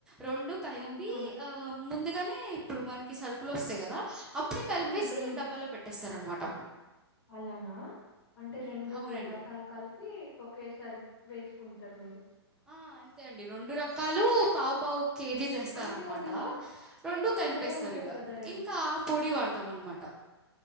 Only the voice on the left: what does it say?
ఆహా!
హ్మ్. హ్మ్.
అలానా అంటే
రెండు
రకాల్ కలిప్ ఒకేసారి వేసుకుంటారు మీరు.
అంటే
అది టేస్ట్
వేరే ఉంటది
గదా!